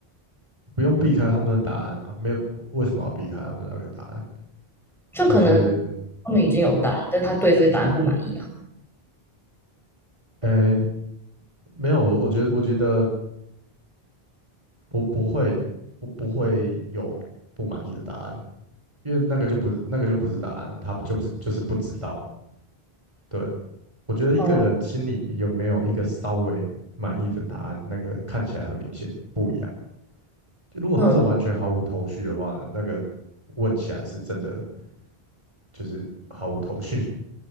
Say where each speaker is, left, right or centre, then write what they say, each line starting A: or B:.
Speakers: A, on the right; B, in the centre.
A: 不用避开他们的答案啊，没有为什么要避开他们的那个答案？
B: 就可能
A: 就是嗯，
B: 他们已经有答案，但他对这个答案不满意啊。
A: 诶，没有，我我觉得我觉得不不会，我不会有不满意的答案。因为那个就不是那个就不是答案了，他不就不是就是不知道。对，我觉得一个人心里有没有一个稍微满意的答案，
B: 哦，
A: 那个看起来很明显不一样。就如果他是完全毫无头绪的话呢，
B: 嗯，
A: 那个问起来是真的就是毫无头绪，